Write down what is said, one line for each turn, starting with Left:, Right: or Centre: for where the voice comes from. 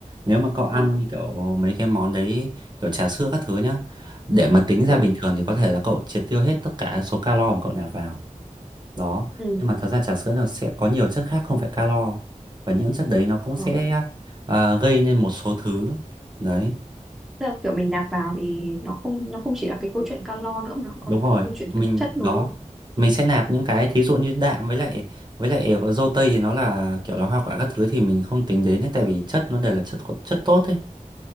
Right: Nếu mà cậu ăn
Centre: ờ
Right: như kiểu mấy cái món đấy, kiểu trà sữa các thứ nhá, để mà tính ra
Centre: ừ,
Right: bình thường thì có thể là cậu triệt tiêu hết tất cả số calo mà cậu nạp vào. Đó.
Centre: ừ.
Right: Nhưng mà thật ra trà sữa nó sẽ có nhiều chất khác không phải calo. Và những chất đấy nó cũng
Centre: ừ.
Right: sẽ à, gây nên một số thứ. Đấy.
Centre: Tức là kiểu mình nạp vào thì nó không nó không chỉ là cái câu chuyện calo nữa mà nó còn
Right: đúng rồi
Centre: cái câu chuyện
Right: mình
Centre: thực chất đúng
Right: đó
Centre: không
Right: mình sẽ nạp những cái thí dụ như đạm với lại với lại có dâu tây thì nó là kiểu là hoa quả các thứ thì mình không tính đến ấy, tại vì chất nó đều là chất chất tốt ấy